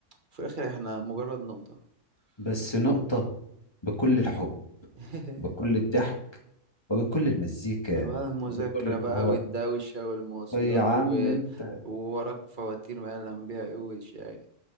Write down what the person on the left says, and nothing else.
بس نقطه
بكل الحب
بكل الضحك وبكل المزيكا
وبكل القهار
يا عم
انت